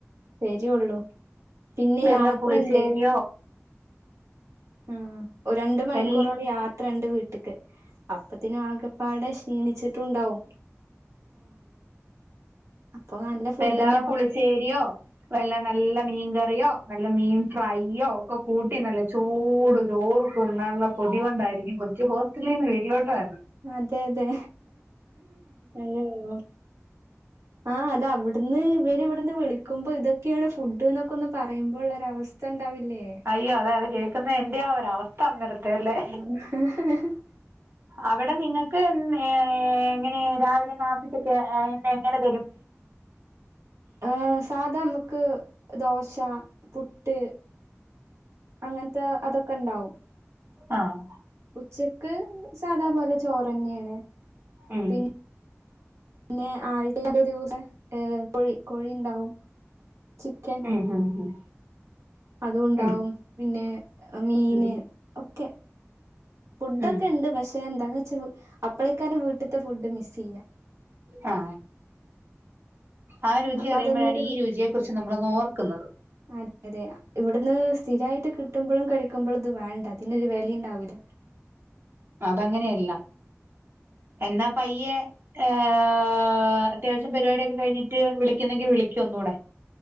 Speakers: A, on the right (about 70°); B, on the right (about 50°).
A: വരുള്ളൂ പിന്നെ
B: വല്ല
A: യാത്ര
B: പുളിശ്ശേരിയോ
A: ഇണ്ട് ഉം ഒരു രണ്ട് മണിക്കൂറ്
B: വൽ
A: ഒരു യാത്രണ്ട് വീട്ട്ക്ക് അപ്പത്തിനു ആകെപ്പാടെ ക്ഷീണിച്ചിട്ടുണ്ടാവും അപ്പൊ നല്ല ഫുഡന്നെ
B: എല്ലാ
A: വാണം
B: പുളിസ്സെരിയോ വല്ല നല്ല മീൻകറിയോ നല്ല മീൻ ഫ്രൈയോ ഒക്കെ കൂട്ടി നല്ല ചൂട് ചോറ് ചുമ്മാല്ലാ കൊതി കൊണ്ടായിരിക്കും കൊച്ചു ഹോസ്റ്റലിന്ന് വീട്ടിലോട്ട് വര
A: അതെ അതെ അയ്യോഹ് ആഹ് അതവിടുന്ന് ഇവര് ഇവിടുന്ന് വിളിക്കുമ്പോ ഇതൊക്കെയാണ് ഫുഡ് എന്നൊക്കെ ഒന്ന് പറയുമ്പോള്ളൊരവസ് <unintelligible>
B: അയ്യോ അതോ അത് കേൾക്കുന്ന എന്റെറെ ആ ഒരു അവസ്ഥ ഇന്നലെതെയല്ലേ
A: <inaudible>
B: അവിടെ നിങ്ങക്ക് ന്നെഹ് എങ്ങനെ രാവിലെ കാപ്പിക്കൊക്കെ എ എങ്ങനെ തരും
A: ആഹ് സാധാ മ്മക്ക് ദോശ പുട്ട്, അങ്ങനത്തെ അതൊക്കെ ഉണ്ടാവും
B: ആഹ്
A: ഉച്ചക്ക് സാധാപോലെ ചോറ്ന്നെയാണ്
B: ഉം
A: പി പിന്നെ ആഴ്ച ദിവസ ഏഹ് കോഴി കോഴി ഉണ്ടാവും ചിക്കെൻ
B: ഉം ഉം
A: അതും ഉണ്ടാവും
B: ഉം
A: പിന്നെ മീന്
B: ഉം
A: ഒക്കെ ഫുഡൊക്കെ
B: ഉം
A: ഉണ്ട് പക്ഷെ എന്താന്ന് വെച്ചാ അപ്പളക്കാരെ വീട്ടിലത്തെ ഫുഡ് മിസ് ചെയ്യാ
B: ആ ആ രുചി
A: അപ്പൊ
B: അറിയുമ്പോഴാണ്
A: അതൊന്നൊരു
B: ഈ രുചിയെ കുറിച്ച് നമ്മൾന്ന് ഓർക്കുന്നത്
A: അതെ അതെ ഇവിടുന്ന് സ്ഥിരമായിട്ട് കിട്ടുമ്പോഴും കഴിക്കുമ്പോഴും ഇത് വേണ്ട ഇതിനൊരു വെലെ ഇണ്ടാവില്ല
B: അതങ്ങനെയല്ല എന്നാ പയ്യെ ഏഹ് അത്യാവശ്യം പരിപാടിയൊക്കെ കഴിഞ്ഞിട്ട് വിളിക്കുന്നെങ്കിൽ വിളിക്ക ഒന്നൂടെ